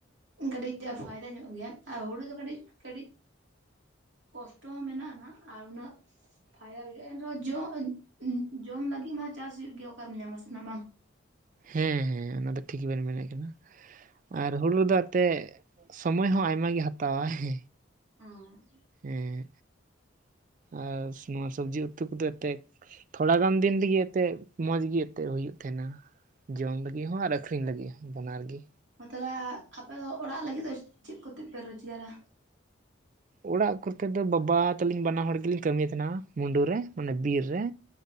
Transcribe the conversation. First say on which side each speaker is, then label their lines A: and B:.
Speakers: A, on the right (about 70°); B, on the right (about 40°).
A: ᱠᱟᱹᱴᱤᱡ ᱯᱷᱟᱭᱫᱟ ᱧᱚᱜ ᱜᱮᱭᱟ ᱟᱨ ᱦᱩᱲᱩ ᱫᱚ ᱠᱟᱹᱴᱤᱡ ᱠᱟᱹᱴᱤᱡ ᱠᱚᱥᱴᱚ ᱦᱚᱸ ᱢᱮᱱᱟᱜ-ᱟ ᱱᱟᱦᱟᱜ ᱟᱨ ᱩᱱᱟᱹᱜ ᱯᱷᱟᱭᱫᱟ ᱵᱩᱡᱷᱟᱹᱜᱼᱟ ᱮᱱ ᱨᱮᱦᱚᱸ ᱡᱚ ᱡᱚᱢ ᱞᱟᱹᱜᱤᱫ ᱢᱟ ᱪᱟᱥ ᱦᱩᱭᱩᱜ ᱜᱮᱭᱟ ᱚᱠᱟ ᱨᱮᱢ ᱧᱟᱢᱟ ᱥᱮ ᱱᱟ ᱵᱟᱝ
B: ᱦᱮᱸ ᱦᱮᱸ ᱚᱱᱟ ᱫᱚ ᱴᱷᱤᱠ ᱵᱮᱱ ᱢᱮᱱᱮᱫ ᱠᱟᱱᱟ᱾ ᱟᱨ ᱦᱩᱲᱩ ᱨᱮᱫᱚ ᱮᱛᱮᱫ ᱥᱚᱢᱚᱭ ᱦᱚᱸ ᱟᱭᱢᱟ ᱜᱮ ᱦᱟᱛᱟ ᱣᱟᱭ
A: ᱟᱸ
B: ᱮᱸ ᱟᱨ ᱱᱚᱣᱟ ᱥᱚᱵᱽᱡᱤ ᱩᱛᱩ ᱠᱩᱫᱩ ᱮᱛᱮᱫ ᱛᱷᱚᱲᱟ ᱜᱟᱱ ᱫᱤᱱ ᱛᱤᱜᱤ ᱮᱛᱮᱫ ᱢᱚᱸᱡᱽ ᱜᱤ ᱮᱛᱮᱫ ᱦᱩᱭᱩᱜ ᱛᱟᱦᱮᱸ ᱱᱟ ᱡᱚᱢ ᱞᱟᱹᱜᱤᱫ ᱦᱚᱸ ᱟᱨ ᱟᱠᱷᱨᱤᱧ ᱞᱟᱹᱜᱤᱫ ᱦᱚᱸ ᱵᱟᱱᱟᱨ ᱜᱤ
A: ᱦᱚ ᱛᱟᱦᱚᱞᱮ ᱟ ᱟᱯᱮ ᱫᱚ ᱚᱲᱟᱜ ᱞᱟᱹᱜᱤᱫ ᱫᱚ ᱪᱮᱫ ᱠᱚᱛᱮᱫ ᱯᱮ ᱨᱚᱡᱽᱜᱟᱨᱟ?
B: ᱚᱲᱟᱜ ᱠᱚᱨᱛᱮ ᱫᱚ ᱵᱟᱵᱟ ᱛᱟᱹᱞᱤᱧ ᱵᱟᱱᱟ ᱦᱚᱲ ᱜᱮᱞᱤᱧ ᱠᱟᱹᱢᱤ ᱛᱟᱦᱮᱱᱟ ᱢᱩᱰᱩ ᱨᱮ ᱢᱟᱱᱮ ᱵᱤᱨ ᱨᱮ